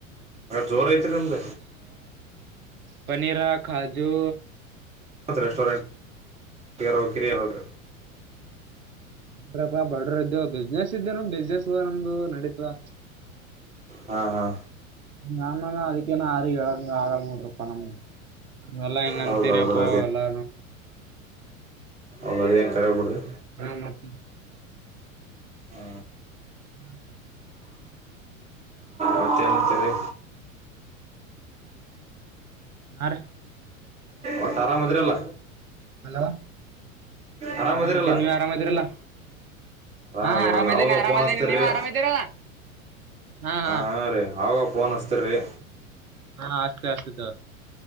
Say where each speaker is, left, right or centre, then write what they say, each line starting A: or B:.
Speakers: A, on the right; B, on the right.
A: ಜೋರ್ ಐತ್ರಿ ನಮ್ದ
B: ಪನೀರ ಕಾಜು
A: ರೆಸ್ಟೋರೆಂಟ್ <unintelligible>
B: <unintelligible> ಬಡ್ರ ಇದ್ದು ಬಿಸ್ನೆಸ್ ಇದ್ದೆ ನಮ್ಮ್ ಬಿಸ್ನೆಸ್ ನಮ್ದು ನಡೀತದ
A: ಹಾ ಹಾ
B: ನಾನಾನ ಅದಕ್ಕನು ಆರು <unintelligible> ಆಗಲ್ಲ ನೋಡ್ರಪ್ಪಾ ನಮ್ಗೆ ಎಲ್ಲಾ ಹಿಂಗೇ
A: ಹೌದೌದ್ರೀ
B: ಅಂತಿರಪ್ಪೋ ಎಂಗಂದು ಎಲ್ಲಾ
A: ಅದು ಏನ್ ಕೇಳ್ಬೇಡ್ರಿ
B: ಹಾ ಮತ್ತ
A: ಹಾ
B: ಹ್ಮ್
A: ಮತ್ತೇನಂತಾರೆ
B: <unintelligible>
A: ಒಟ್ಟಾ ಆರಾಮಿದಿರಲ್ಲ
B: <unintelligible> ಹಾ
A: ಆರಾಮದಿರಲ್ಲ
B: ಆರಾಮ್ದೀನಿ ನೀವು ಆರಾಮೀರಲ್ಲ
A: ಆರಾಮದಿ
B: ಹಾ ಆರಾಮ್ದೀನಿ
A: ನೋಡ್ರಿ ಅವಾಗ
B: ಆರಾಮ್ದೀನಿ
A: ಫೋನ್ ಹಚ್ತೀರಿ
B: ನೀವು ಆರಾಮ್ದೀರಲ ಹಾ
A: ಹಾಂ
B: ಹಾ
A: ಹಾಂ ರೀ ಅವಾಗ ಫೋನ್ ಹಚ್ಚೋತೀರಿ
B: ಹಾ ಅಷ್ಟೇ ಅಷ್ಟೇ